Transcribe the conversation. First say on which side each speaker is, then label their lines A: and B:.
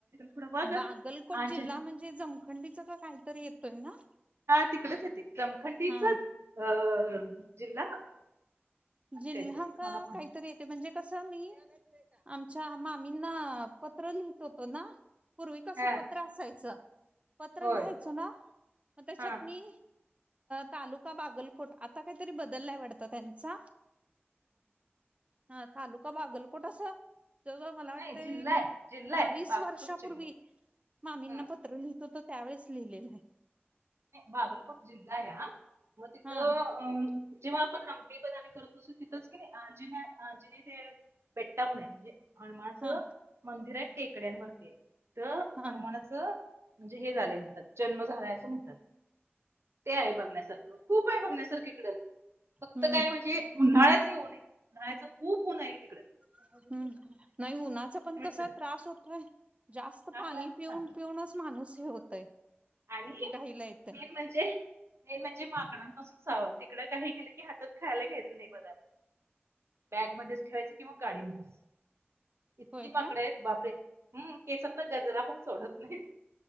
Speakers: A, on the right (about 80°); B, on the right (about 30°).
A: पुढं मग
B: बागलकोट जिल्हा म्हणजे जमखंडीचा का काहीतरी येतोय ना?
A: हा तिकडच येते जमखंडीचच.
B: हा
A: <unintelligible> जिल्हा असं
B: जिल्हा
A: काहीतरी आहे.
B: का
A: मला पण
B: काहीतरी येते म्हणजे कसे मी आमच्या मामींना, पत्र लिहित होतो ना पूर्वी कसं
A: हा
B: पत्र असायचं. पत्र
A: होय
B: लिहायचं ना त्याच्यात
A: हा
B: मी. तालुका बागलकोट आता काहीतरी बदललाय वाटत त्यांचा. हा तालुका बागलकोट असे. जवळ मला वाटते
A: नाही जिल्हा आहे जिल्हा आहे
B: वीस
A: बागलकोट
B: वर्षापूर्वी
A: जिल्हा
B: मामींना
A: आहे.
B: पत्र लिहित होत. त्यावेेळेस लिहिलेलं आहे.
A: बागलकोट जिल्हा आहे मग तिथं
B: हा
A: अ जेव्हा आपण हंपी बदामी. कर त ति क आंज आंजणी ते बेठ. म्हणजे हनुमानाचे
B: हा
A: मंदिर आहे टेकड्यांवरती तर
B: हा
A: हनुमानाचं म्हणजे हे झालंय म्हणतात जन्म झालाय असं म्हणतात ते आहे बघण्यासारखं खूप आहे बघण्यासारखं इकडे फक्त
B: हम्म
A: काय म्हणजे उन्हाळ्याच होऊन आहे उन्हाळ्याच खूप ऊन आहे तिकडे
B: हम्म नाही उन्हाचा पण कसा
A: चांग
B: त्रास होतोय जास्त
A: हा
B: पाणी
A: क्लायमेट
B: पिऊन
A: चांगला
B: पिऊनच माणूस हे होतय
A: आणि
B: घाईला येतय
A: मेन म्हणजे मेन म्हणजे माकडांपासून सावध तिकड काही गेलं की हातात खायला घ्यायचं नाही बगा बॅगमध्येध्येच ठेवायच किंवा गाडीमध्येच इतकी
B: होय
A: माकड
B: काय
A: आहेत बापरे हम् केसातला गजरा पण सोडत नाही